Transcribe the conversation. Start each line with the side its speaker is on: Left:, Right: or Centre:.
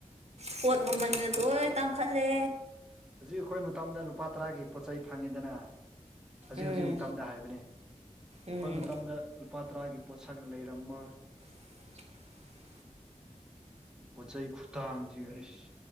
Right: ꯄꯣꯠ ꯃꯃꯜꯅ ꯂꯣꯏ ꯇꯥꯡꯈꯠꯂꯦ
Centre: ꯍꯧꯖꯤꯛ ꯑꯩꯈꯣꯏ ꯃꯇꯝꯗ ꯂꯨꯄꯥ ꯇꯔꯥꯒꯤ ꯄꯣꯠ ꯆꯩ ꯐꯪꯉꯤꯗꯅ ꯍꯧꯖꯤꯛ
Right: ꯎꯝ
Centre: ꯍꯧꯖꯤꯛ ꯃꯇꯝꯗ ꯍꯥꯏꯕꯅꯦ
Right: ꯎꯝ
Centre: ꯑꯩꯈꯣꯏ ꯃꯇꯝꯗ ꯂꯨꯄꯥ ꯇꯔꯥꯒꯤ ꯄꯣꯠꯁꯛ ꯂꯩꯔꯝꯃꯣꯏ
Right: <inaudible>
Centre: ꯄꯣꯠ ꯆꯩꯩ ꯈꯨꯇꯥꯡꯁꯤꯒ ꯑꯁ